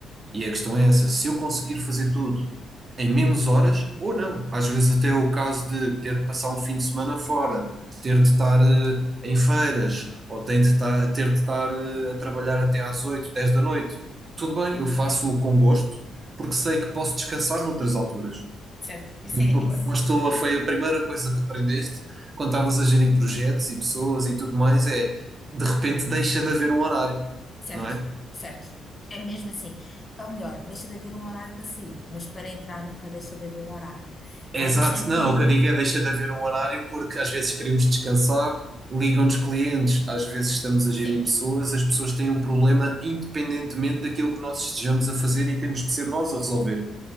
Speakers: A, on the right (about 35°); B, on the left (about 30°).
A: E a questão
B: Sim,
A: é essa, se eu conseguir fazer tudo em menos horas ou não. Às vezes até é o caso de ter de passar um fim de semana fora, ter de estar eh, em feiras, ou tem de ta- ter de estar eh, a trabalhar até às 8, 10 da noite. Tudo bem, eu faço-o com gosto, porque sei que posso descansar noutras alturas.
B: certo. Isso
A: Eu
B: é isso.
A: aposto, foi a primeira coisa que aprendeste quando estavas a gerir projetos e pessoas e tudo mais, é de repente deixa de haver um horário,
B: Certo,
A: não é?
B: certo. É mesmo assim. Ou melhor, deixa de haver um horário para sair, mas para entrar nunca deixa de haver horário.
A: Exato,
B: Ah, eu senti,
A: não, o que eu digo é deixa de haver um horário porque às vezes queremos descansar, ligam-nos clientes, às vezes estamos a
B: sim,
A: gerir pessoas, as pessoas têm um problema independentemente daquilo que nós estejamos a fazer e temos de ser nós a resolver.